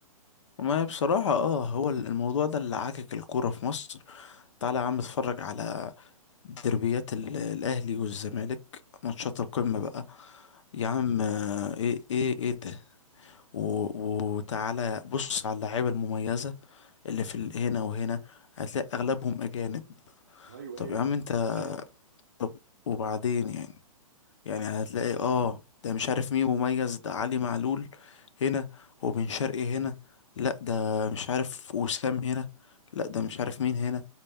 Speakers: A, on the left (about 55°); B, on the right (about 30°).
A: ما بصراحة اه هو الموضوع ده اللي عاكك الكورة في مصر تعالى يا عم اتفرج على دربيات ال- الاهلي والزمالك ماتشات القمه بقى يا عم آه، ايه ايه ايه ده و- وتعالى بص على اللعيبه المميزه اللي في ال- هنا وهنا هتلاقي اغلبهم اجانب
B: ايوه
A: طب
B: ايوه
A: يا عم
B: أنا-
A: انت
B: طيب.
A: طب وبعدين يعني يعني
B: طلع
A: هتلاقي اه ده مش عارف مين مميز ده علي معلول هنا وبن شرقي هنا لا ده مش عارف وسام هنا لا ده مش عارف مين هنا